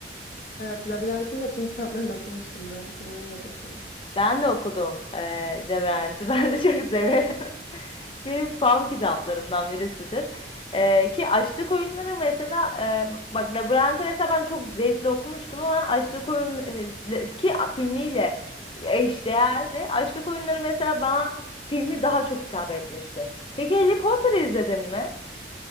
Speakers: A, on the left; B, on the left.
A: Evet, Labirent'in de tüm <laughs> kitaplarını okumuştum ben. Filmini de çok sevdim.
B: Ben de okudum eee Labirent'i. <laughs> Ben de çok severim. <laughs> Benim fav kitaplarımdan birisidir. Eee, ki Açlık Oyunları mesela eee, bak Labirent'i mesela ben çok zevkle okumuştum ama Açlık Oyun eee, la- ki filmiyle eşdeğerdi. Açlık Oyunları mesela bana filmi daha çok hitap etmişti. Peki Harry Potter'ı izledin mi?